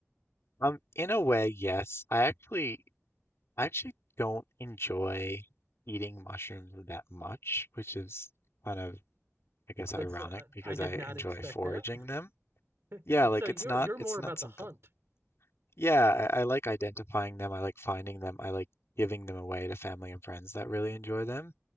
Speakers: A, on the left; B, on the right.
A: Um, in a way, yes. I actually, I actually don't enjoy eating mushrooms that much, which is kind of, I guess,
B: that's
A: ironic
B: uh,
A: because
B: i did
A: I
B: not
A: enjoy
B: expect
A: foraging
B: that
A: them. Yeah,
B: <laughs>
A: like
B: so you're
A: it's not,
B: you're more
A: it's
B: about
A: not
B: the
A: something.
B: hunt
A: Yeah, I, I like identifying them. I like finding them. I like giving them away to family and friends that really enjoy them.